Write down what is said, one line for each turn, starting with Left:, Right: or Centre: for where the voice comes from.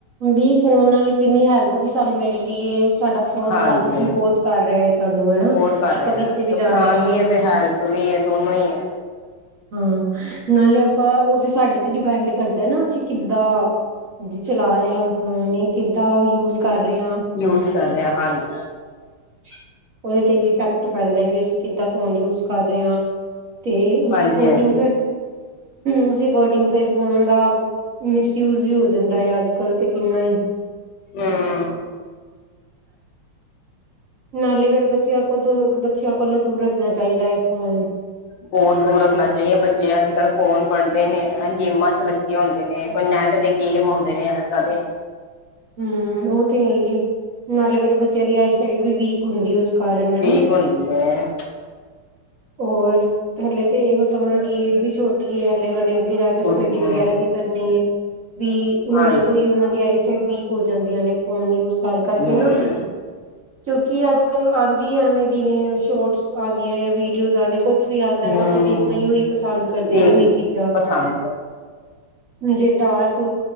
Right: ਵੀ ਫੋਨ ਨਾਲ ਕਿੰਨੀ ਹੈਲਪ ਵੀ ਸਾਨੂੰ ਮਿਲ ਰੀ ਏ ਸਾਡਾ ਫੋਨ
Left: ਹਾਂਜੀ
Right: ਹੈਲਪ ਵੀ ਬੋਤ ਕਰ ਰੇਆ ਐ ਸਾਨੂੰ ਹੈਨਾ,
Left: ਬਹੁਤ ਕਰ
Right: ਆਪਾਂ
Left: ਰਹੇ
Right: ਕਿੱਤੇ
Left: ਹੈ
Right: ਵੀ
Left: ਨੁਕਸਾਨ
Right: ਜਾ ਰੇ ਹੂੰ।
Left: ਵੀ ਹੈ ਤੇ ਹੈਲਪ ਵੀ ਐ, ਦੋਨੋਂ ਈ ਐ।
Right: ਹਾਂ, ਨਾਲੇ ਆਪਾਂ ਓ ਤੇ, ਸਾਡੇ ਤੇ ਡਿਪੈਂਡ ਕਰਦੈ ਨਾ ਅਸੀ ਕਿੱਦਾਂ ਚਲਾ ਰਏ ਆਂ ਫੋਨ, ਕਿੱਦਾਂ ਯੂਜ਼ ਕਰ ਰਏ ਆਂ।
Left: ਯੂਜ਼ ਕਰ ਰਏ ਆਂ, ਹਾਂਜੀ।
Right: <inaudible> ਓਦੇ ਤੇ ਵੀ ਇਫੈਕਟ ਪੈਂਦੈ ਵੀ, ਅਸੀਂ ਕਿੱਦਾਂ ਫੋਨ ਯੂਜ਼ ਕਰ ਰੇ ਆਂ। ਤੇ, ਉਸ
Left: ਹਾਂਜੀ
Right: ਅਕੋਡਿੰਗ
Left: ਹਾਂਜੀ
Right: ਫੇਰ, ਉਸ ਅਕੋਡਿੰਗ ਫੇਰ ਫੋਨ ਦਾ ਮਿਸ ਯੂਜ਼ ਵੀ ਹੋ ਜਾਂਦੈ, ਅੱਜ-ਕੱਲ ਤੇ ਕਿੰਨਾ ਈ।
Left: ਹਮ।
Right: ਨਾਲੇ, ਫੇਰ ਬੱਚੇਆਂ ਕੋ ਦੂਰ ਬੱਚੇਆਂ ਕੋਲੋਂ ਦੂਰ ਰੱਖਣਾ ਚਾਹੀਦੈ ਫੋਨ
Left: ਬੌਤ ਦੂਰ ਰੱਖਨਾ ਚਾਹੀਏ, ਬੱਚੇ ਅੱਜ -ਕੱਲ ਫੋਨ ਫੜਦੇ ਨੇ, ਗੇਮਾਂ 'ਚ ਲੱਗੇ ਹੁੰਦੇ ਨੇ। ਕੋਈ ਨੈੱਟ ਦੇ ਗੇਮ ਹੁੰਦੇ ਨੇ, ਇੱਦਾਂ ਦੇ।
Right: ਹਮ, ਓ ਤੇ ਹੈ ਈ ਐ, ਨਾਲੇ ਫੇਰ ਬੱਚੇਆਂ ਦੀ ਆਈਸਾਈਟ ਵੀ ਵੀਕ ਹੁੰਦੀ ਓਸ ਕਾਰਨ ਹੈਨਾ।
Left: ਵੀਕ ਹੁੰਦੀ ਹੈ
Right: ਹੋਰ, ਹਲੇ ਤੇ, ਮਤਲਬ ਓਨਾਂ ਦੀ ਏਜ ਵੀ ਛੋਟੀ ਏ ਹਲੇ ਓਨਾਂ ਨੇ ਅੱਗੇ ਜਾ ਕੇ,
Left: ਛੋਟੀ
Right: ਸਟੱਡੀ ਵਗੈਰਾ ਵੀ ਕਰਨੀ ਐ, ਵੀ ਹੁਨੇ
Left: ਹਾਂਜੀ
Right: ਤੋਂ ਈ ਓਨਾਂ ਦੀ ਆਈ ਸਾਈਟ ਵੀ ਹੋ ਜਾਂਦੀਆਂ ਨੇ, ਫੋਨ ਯੂਜ਼ ਕਰ-ਕਰ ਕੇ
Left: ਹਮ
Right: ਨਾ। ਕਿਉਂਕਿ ਅੱਜ-ਕੱਲ ਆਂਦੀ ਐਵੇਂ ਦੀ ਨੇ, ਸ਼ੋਰਟਸ ਆਂਦੀਆਂ ਯਾ ਵੀਡੀਓਜ਼ ਆਂਦੇ ਕੁਛ ਕੁਛ ਵੀ ਆਂਦਾ, ਬੱਚੇ
Left: ਹਮ
Right: ਦੇਖਨਾ ਈ ਓਈ ਪਸੰਦ ਕਰਦੇ
Left: ਦੇਖ
Right: ਨੇ, ਓਹੀ ਚੀਜਾਂ।
Left: ਪਸੰਦ ਕਰਦੇ।
Right: ਜੇਰੇ ਡਾਰਕ,